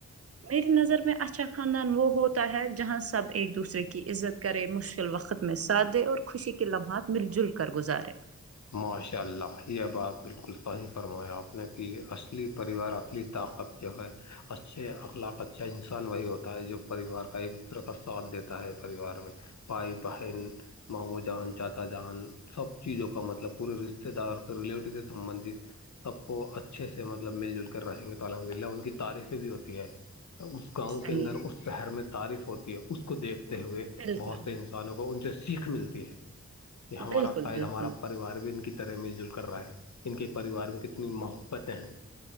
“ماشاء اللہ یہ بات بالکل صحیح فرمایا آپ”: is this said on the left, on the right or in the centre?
Left